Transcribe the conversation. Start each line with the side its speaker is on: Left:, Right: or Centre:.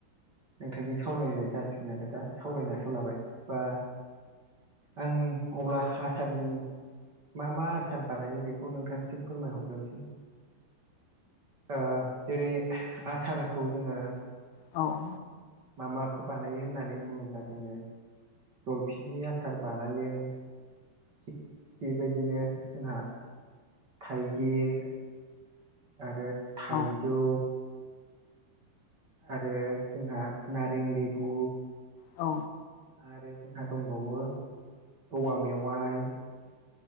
Right: नोंथांजों सावरायनाय जासिगोन आरो दा सावरायनो आखायाव लाबाय बा आं अब्ला हा आसारनि मा मा आसार बानायो बेखौ नोंथांनिसिम फोरमायहरग्रोनसै। ओ जेरै आसारखौ जोङो
Left: औ
Right: मा माखौ बानायो होननानै बुङोब्ला जोङो जलफिनि आसार बानायो। थिग बेबायदिनो जोंहा थाइगिर आरो थाइजौ
Left: औ
Right: आरो जोंहा नारें लेबु
Left: औ
Right: आरो जोंहा दंबावो औवा मेवाहाय